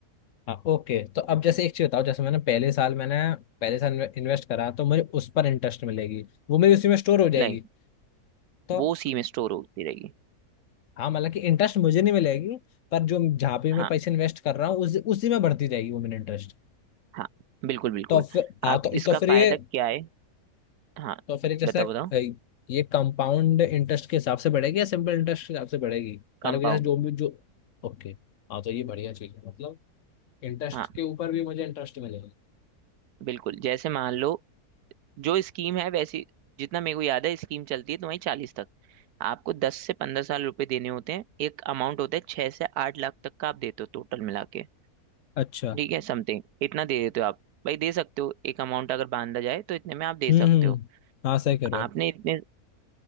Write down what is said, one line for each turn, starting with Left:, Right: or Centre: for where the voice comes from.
Left: हाँ ओके तो अब जैसे एक चीज बताओ जैसे मैंने पहले साल मैंने पहले साल इन्वेस्ट करा तो मुझे उस पर इंटरेस्ट मिलेगी वो मेरी उसी में स्टोर हो जाएगी
Right: नहीं
Left: तो
Right: वो उसी में स्टोर होती रहेगी
Left: हाँ मतलब कि इंटरेस्ट मुझे नहीं मिलेगी पर जो जहाँ पे मैं
Right: हाँ
Left: पैसे इन्वेस्ट कर रहा हूँ उस उसी में बढ़ती जाएगी वो मेरा इंटरेस्ट
Right: हाँ बिल्कुल बिल्कुल
Left: तो फिर हाँ
Right: अब
Left: तो,
Right: इसका
Left: तो फिर
Right: फायदा
Left: ये
Right: क्या है हाँ
Left: तो फिर जैसे
Right: बताओ
Left: अ,
Right: बताओ
Left: ये कंपाउंड इंटरेस्ट के हिसाब से बढ़ेगी या सिंपल इंटरेस्ट के हिसाब से बढ़ेगी
Right: कंपाउंड
Left: मतलब कि जैसे जो भी जो ओके हाँ तो ये बढ़िया चीज़ है मतलब इंटरेस्ट
Right: हाँ
Left: के ऊपर भी मुझे इंटरेस्ट मिलेगा
Right: बिल्कुल जैसे मान लो जो स्कीम है वैसी जितना मेरे को याद है स्कीम चलती है तुम्हारी चालीस तक आपको दस से पंद्रह साल रुपए देने होते हैं एक अमाउंट होता है छह से आठ लाख तक का आप देते हो टोटल मिला के।
Left: अच्छा
Right: ठीक है समथिंग इतना दे देते हो आप भाई दे सकते हो एक अमाउंट अगर बांधा जाए तो इतने में आप दे
Left: हम्म
Right: सकते
Left: हम्म
Right: हो
Left: हाँ सही कह रहे
Right: आपने
Left: हो आप।
Right: इतने